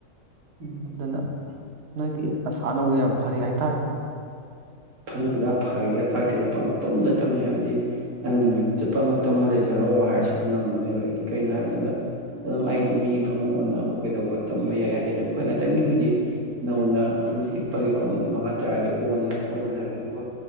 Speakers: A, on the right (about 75°); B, on the right (about 50°).
A: ꯎꯝ
B: ꯑꯗꯨꯅ ꯅꯣꯏꯗꯤ ꯅꯁꯥ ꯅꯎ ꯌꯥꯝ ꯐꯔꯤ ꯍꯥꯏꯇꯥꯔꯦ꯫
A: ꯈꯪꯗꯦꯗꯥ ꯐꯔꯤꯔꯥ ꯐꯠꯇ꯭ꯔꯤꯔꯥ ꯄꯪ ꯇꯨꯝꯗ ꯇꯝꯃꯦ ꯍꯥꯏꯕꯗꯤ ꯅꯪ ꯅꯨꯃꯤꯠ ꯆꯨꯞꯄ ꯑꯃ ꯇꯨꯝꯃ ꯂꯩꯖꯔꯣ ꯍꯥꯏꯔꯁꯨ ꯑꯗꯨꯝ ꯉꯝꯒꯅꯦꯕ ꯑꯩꯗꯤ ꯀꯩꯅꯣ ꯍꯥꯏꯕ ꯃꯇꯝꯗ ꯑꯗꯨꯝ ꯑꯩꯗꯤ ꯃꯤ ꯐꯃꯨꯡ ꯑꯣꯟꯅꯕ ꯀꯩꯗꯧꯕ ꯇꯨꯝꯕ ꯌꯥꯏ ꯌꯥꯗꯦ ꯍꯣꯏ ꯉꯥꯛꯇꯪꯒꯤꯕꯨꯗꯤ ꯅꯧꯅ ꯑꯗꯨꯝ ꯍꯤꯞꯄꯒꯤꯀꯣ ꯃꯤꯅꯤꯠ ꯃꯉꯥ ꯇꯔꯥꯗꯤ ꯑꯣꯟꯗꯅ ꯈꯣꯠꯅ ꯂꯩꯔꯝꯃꯦ ꯑꯗꯨꯒ